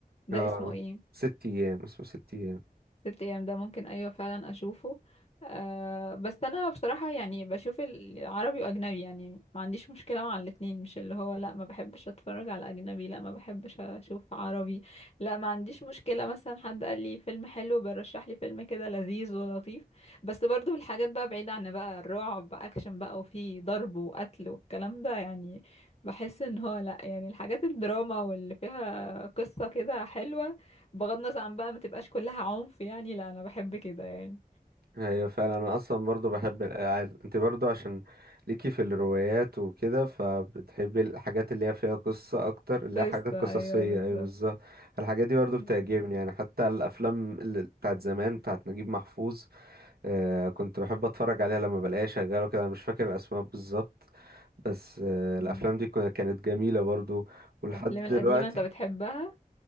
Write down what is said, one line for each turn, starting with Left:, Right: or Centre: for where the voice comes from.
Left: ده
Right: اه
Left: اسمه ايه
Right: ست ايام اسمه ست ايام
Left: ست ايام ده ممكن ايوه فعلا اشوفه أه بس انا بصراحة يعني بشوف العربي واجنبي يعني ما عنديش مشكلة مع الاتنين مش اللي هو لا ما بحبش اتفرج على اجنبي لا ما بحبش اشوف عربي لا ما عنديش مشكلة مثلا حد قال لي فيلم حلو بيرشح لي فيلم كده لذيذ ولطيف بس برضو الحاجات بقى بعيدة عن بقى الرعب اكشن بقى وفي ضرب وقتل والكلام ده يعني بحس ان هو لا يعني الحاجات الدراما واللي فيها قصة كده حلوة بغض النظر عن بقى ما تبقاش كلها عنف يعني لا انا بحب كده يعني
Right: هي فعلا انا اصلا برضو بحب الالعاب انت برضو عشان ليكي في الروايات وكده فبتحبي الحاجات اللي هي فيها قصة اكتر اللي
Left: قصة
Right: هي حاجات قصصية
Left: ايوه بالظبط
Right: ايوه بالظبط الحاجات دي برضو
Left: ايوه
Right: بتعجبني يعني حتى الافلام اللي بتاعت زمان بتاعت نجيب محفوظ آه كنت بحب اتفرج عليها لما بلاقيها شغاله كده انا مش فاكر الاسماء بالظبط بس آه الافلام
Left: مم.
Right: دي كنا- كانت جميله برضو ولحد
Left: الافلام
Right: دلوقتي
Left: القديمة انت بتحبها